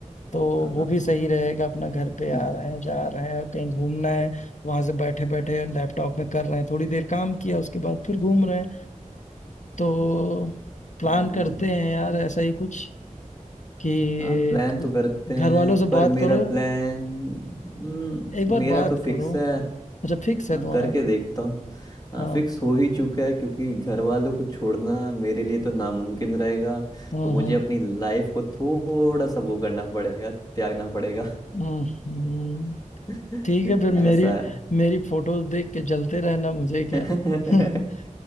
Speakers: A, on the left; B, on the left.
A: तो
B: हाँ
A: वो भी सही रहेगा अपना घर पे आ
B: <laughs>
A: रहे हैं जा रहे हैं कहीं घूमना है वहां से बैठे बैठे लैपटॉप में कर रहे हैं थोड़ी देर काम किया उसके बाद फिर घूम रहे हैं तो प्लान
B: हम्म,
A: करते हैं यार ऐसा ही कुछ कि
B: हाँ प्लान तो करते
A: घर
B: हैं
A: वालों से
B: पर
A: बात करो
B: मेरा प्लान हम्म,
A: एक बार
B: मेरा
A: बात
B: तो फिक्स
A: करो
B: है
A: अच्छा फिक्स है
B: हाँ
A: तुम्हारा
B: करके देखता हूँ हाँ
A: हाँ
B: फिक्स हो ही चुका है क्योंकि घर वालों को छोड़ना मेरे लिए तो नामुमकिन रहेगा
A: हम्म
B: तो मुझे
A: हम्म
B: अपनी लाइफ को थोड़ा सा वो करना पड़ेगा त्यागना पड़ेगा
A: हम्म, हम्म।
B: <laughs>
A: ठीक है फिर मेरी
B: ऐसा है
A: मेरी फोटोज देख के जलते रहना मुझे
B: <laughs>
A: क्या <laughs>